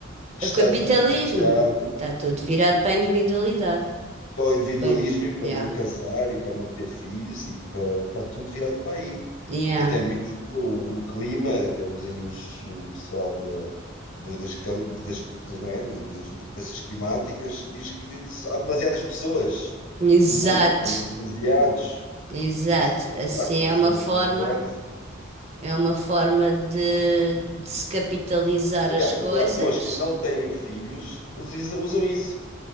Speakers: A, on the left (about 70°); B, on the right (about 30°).
A: está
B: O capitalismo
A: tudo virado
B: está tudo virado para a individualidade.
A: para o individualismo
B: Bem,
A: e para
B: yeah,
A: não casar e para não ter filhos e para, está tudo virado para aí.
B: yeah.
A: Até mesmo o, o clima, até os, aí os, o pessoal da, do, das, cam- das, das- não é, do- das mudanças climáticas diz que há demasiadas pessoas
B: Exato,
A: no mundo, somos demasiados.
B: exato.
A: É, então,
B: Assim
A: claro, então
B: é
A: somos
B: uma forma,
A: demasiados.
B: é uma forma de, de se capitalizar
A: Aliás,
B: as coisas.
A: até há pessoas que não têm filhos, usam usam isso.